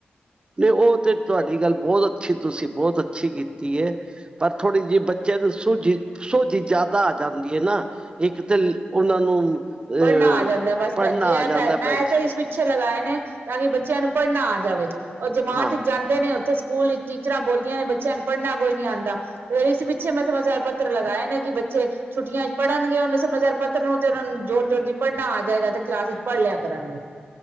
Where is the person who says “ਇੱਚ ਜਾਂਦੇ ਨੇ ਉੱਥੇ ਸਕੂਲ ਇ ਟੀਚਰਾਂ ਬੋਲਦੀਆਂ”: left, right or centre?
Right